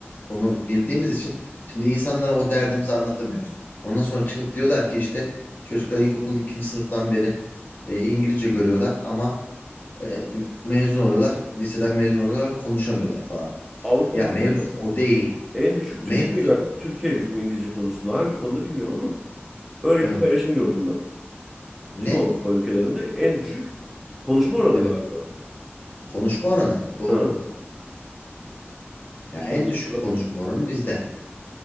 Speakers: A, on the left; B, in the centre.
A: onu bildiğimiz için şimdi insanlara o derdimizi anlatamıyoruz. Ondan sonra çıkıp diyorlar ki işte çocuklar ilkokul ikinci sınıftan beri e, İngilizce görüyorlar ama e, me- mezun oluyorlar, liseden mezun oluyorlar konuşamıyorlar falan.
B: Avrupa'da
A: Ya mevzu
B: mesela
A: o değil.
B: en düşük
A: Mevzu
B: Türkiye Türkiye'ymiş bu İngilizce konusunda. Hangi konuda bilmiyorum ama öyle
A: evet
B: bir paylaşım gördüm ben.
A: ne?
B: Tüm Avrupa ülkelerinde en düşük konuşma oranı
A: Evet.
B: galiba.
A: Konuşma oranı doğru.
B: Ha,
A: Ya en
B: yanlış
A: düşük
B: hatırlamıyorsun.
A: konuşma oranı bizde.